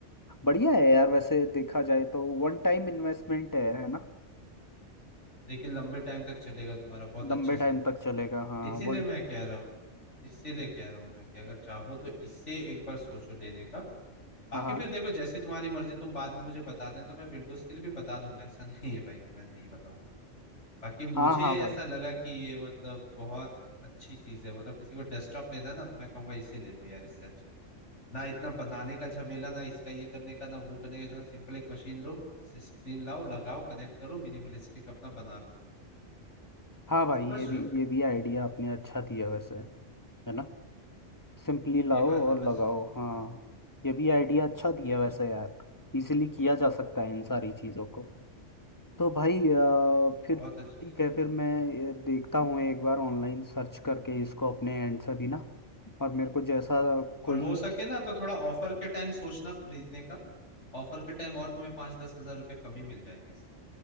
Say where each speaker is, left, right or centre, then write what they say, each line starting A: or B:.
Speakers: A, on the left; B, on the left.
A: बढ़िया है यार वैसे देखा जाए तो वन टाइम इन्वेस्टमेंट है है ना
B: लेकिन लंबे टाइम तक चलेगा तुम्हारा बहुत
A: लंबे
B: अच्छे से
A: टाइम तक चलेगा हाँ
B: इसीलिए
A: वन
B: मैं कह रहा हूँ इसीलिए कह रहा हूँ मैं कि अगर चाहो तो इससे एक बार सोचो लेने का बाकी
A: हाँ हाँ
B: फिर देखो जैसी तुम्हारी मर्जी तुम बाद में मुझे बता दें तो मैं विंडोज के लिए भी बता दूंगा ऐसा <laughs> नहीं है भाई कि मैं नहीं बताऊंगा बाकी मुझे
A: हाँ हाँ भाई
B: ऐसा लगा कि ये मतलब बहुत अच्छी चीज है मतलब किसी को डेस्कटॉप लेना है ना तो मैं कहूंगा इसे ले लो यार इससे अच्छा ना इतना बनाने का झमेला ना इसका ये करने का ना वो करने का झमेला सिंपल एक मशीन लो स्क्रीन लाओ लगाओ कनेक्ट करो मिनिमलिस्टिक अपना बना लो
A: हाँ भाई
B: समझ
A: ये भी
B: रहे हो
A: ये भी आइडिया आपने अच्छा दिया वैसे है ना सिंपली लाओ
B: ये बात
A: और
B: है बस
A: लगाओ हाँ ये भी आइडिया अच्छा दिया वैसे यार इजीली किया जा सकता है इन सारी चीज़ों को तो भाई अ, फिर
B: बहुत अच्छे
A: ठीक
B: से
A: है फिर मैं ये देखता हूँ एक बार ऑनलाइन सर्च करके इसको अपने एंड से भी ना और मेरे को जैसा कोई
B: और हो सके ना तो थोड़ा ऑफर के टाइम सोचना खरीदने का ऑफर के टाइम और तुम्हें पाँच दस हजार रुपये कम ही मिल जाएंगे इससे